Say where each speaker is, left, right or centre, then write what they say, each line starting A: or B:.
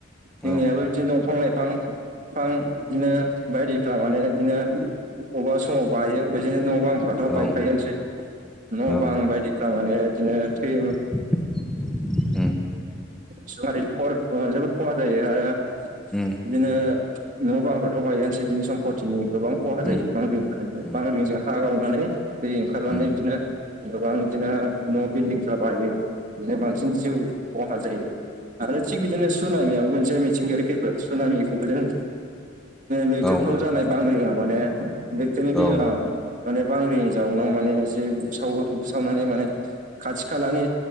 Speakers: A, on the right (about 40°); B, in the centre.
A: जोंनियाबो
B: औ
A: बिदिनो दंफां लाइफां बिफां बिदिनो बायदिफ्रा मानेर बिदिनो बबेबा समाव बायो बिदिनो न'बां फ्रा न'
B: औ
A: बायखायोसै न'
B: औ
A: बां बायदिफ माने बिदिनो थै
B: <inaudible>
A: जोबोद खहा जायो आरो।
B: ओम
A: बिदिनो न' बां फोरखौथ' बायानोसै बिनै सम्पतिनि गोबां खहा
B: उम
A: जायो बांगलिफोरजोंबो
B: उम
A: बांगलिजों हा गावनानै दै ओंखारनानै
B: उम
A: बिदिनो गोबां बिदिनो न' बिल्डिंफ्रा बायो बि बांसिन जिउ खहा जायो आरो थिग बिदिनो सनामियाबो मोनसे मिथिंगायारि खैफद सनाामिखौबो जों लैथोफ्राव
B: औ
A: जानाय बांग्रि माने लैथोनि
B: औ
A: दै
B: औ
A: माने बांरि जाउनाव माने एसे बुसावो बुसावनानै माने खाथि खालानि